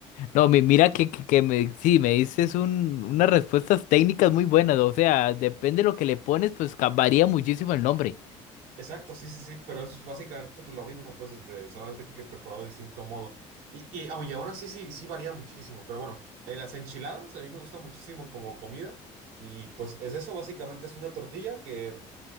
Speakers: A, on the left (about 75°); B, on the right (about 85°).
A: No, mi- mira que, que, que me, sí, me dices un, unas respuestas técnicas muy buenas, o sea, depende de lo que le pones, pues ca- varía muchísimo el nombre.
B: Exacto, sí, sí, sí, pero es básicamente pues, lo mismo, pues, este, solamente que preparado de distinto modo. Y, y aunque aún así sí, sí varía muchísimo, pero bueno, eh, las enchiladas a mí me gustan muchísimo como comida y pues es eso, básicamente es una tortilla que